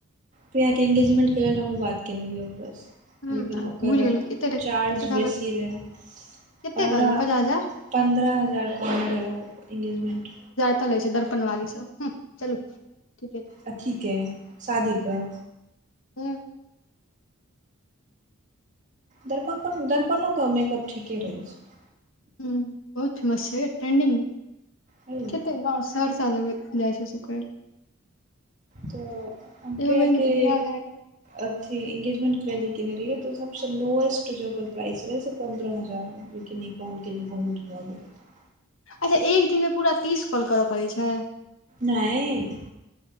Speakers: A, on the right; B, on the left.
A: प्रिया केँ इंगेजमेंट केँ लेल हमहुँ बात केने रहियै ओकरे सँ
B: ह
A: लेकिन ओकर
B: भूलि गेलौ कते रह
A: चार्ज
B: कते कहलक
A: बेसी रहै
B: कते
A: पन्द्रह
B: कहलक पचास हजार
A: पन्द्रह हजार कहने रहैय उ इंगेजमेंट
B: एतऽ लै छै दर्पन वाली सब हुँ चलू ठीके छै।
A: अथी कऽ शादी कऽ
B: हू
A: दर्प दर्पणोके मेकअप ठीके रहे छै।
B: हा बहुत फेमस छै ट्रेंडिंग
A: है ने
B: खेते गाव सर साद जाइ छै सुकल
A: तऽ
B: लए
A: अंपिय
B: एगो बहिन
A: के
B: तऽ बियाह भए गेल
A: अथी एंगेजमेंट जी कने रहियै तो सभसँ लोएस्ट ज ओकर प्राइस रहै से पन्द्रह हजार क न देखालके लिए बहुत मज हो छै
B: अच्छा एक दिनमे पूरा तीस कॉल करय पड़ैत छै।
A: नई